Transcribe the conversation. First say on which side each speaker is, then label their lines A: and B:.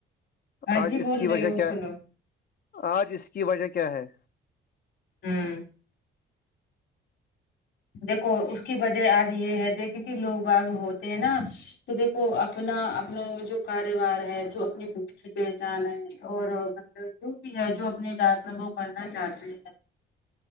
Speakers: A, on the left; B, on the left.
A: ہاں
B: آج
A: جی
B: اس
A: بول
B: کی
A: رہی
B: وجہ
A: ہو
B: کیا
A: سنو
B: آج اس کی وجہ کیا ہے
A: ہوں دیکھو اس کی وجہ آج یہ ہے دیکھے کہ لوگ باغ ہوتے ہیں نا تو دیکھو اپنا اپنا جو کاروبار ہے جو اپنی ب کی پہچان ہے اور مطلب جو بھی ہے جو اپنی لائپ میں وہ کرنا چاہتی ہے